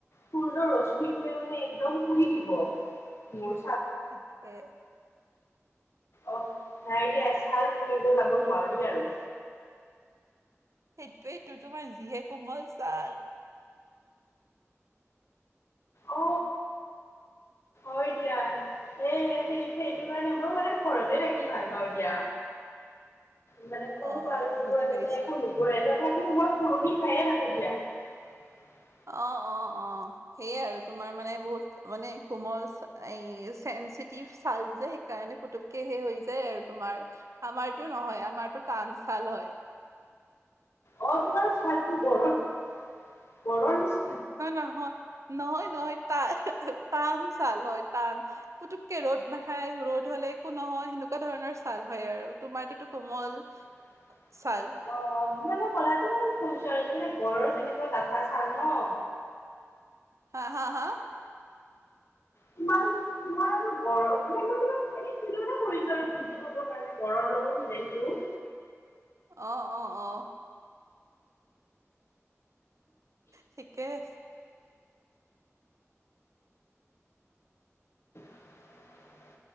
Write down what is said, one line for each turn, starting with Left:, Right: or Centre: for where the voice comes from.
Left: সূৰ্যৰ ৰ ৰশ্মিটোৱে মানে একদম পুৰি দিব মোৰ
Right: সেইটোৱে
Left: অহ নাই দিয়া চাল ফুৰিব যাব নোৱাৰি আৰু
Right: সেইটোয়েইটো তোমাৰ যিহে কোমল চাল
Left: অ হয় দিয়া এ সেই সেইটো কাৰণে মই মানে ঘৰতে থাকি ভাল পাওঁ দিয়া <unintelligible> মানে কোনো
Right: অ
Left: পালৰ
Right: অ বুজি
Left: পৰা যাতে
Right: পাইছো
Left: একো নোকৰে তথাপিও মই পুৰণি খাইয়ে থাকো দিয়া <unintelligible>
Right: অঁ অঁ অঁ সেইয়াই আৰু তোমাৰ মানে বহুত মানে কোমল চা এ চেন চিতিভ ছাল যে সেইকাৰণে পুতুককে সে হৈ যায় আৰু তোমাৰ আমাৰতটো নহয় আমাৰটো টান চাল হয়
Left: অ তোমাৰ ছালটো বহুত গৰৰ নিছ
Right: না নহয় নহয় নহয় টান টান চাল হয় টান পুতুককে ৰ'দ নাখায় ৰ'দ হলে একো নহয় সেনেকুৱা ধৰণৰ ছাল হয় আৰু তোমাৰতুটো কোমল
Left: উ <unintelligible>
Right: ছাল
Left: অ মানে পলাইতি মানে সৰু ছোৱালী জনী গড়ৰ যেনেকুৱা ডাফা চাল ন
Right: হা হা হা
Left: তোমাৰ তোমাৰ আৰু গৰম মানে মই তোমাক এনেই তুলনা কৰিছো আৰু বুজি পাবৰ কাৰণে গড়ৰ লগত মিলাইছো
Right: অ অ অ ঠিকে আছে
Left: <unintelligible>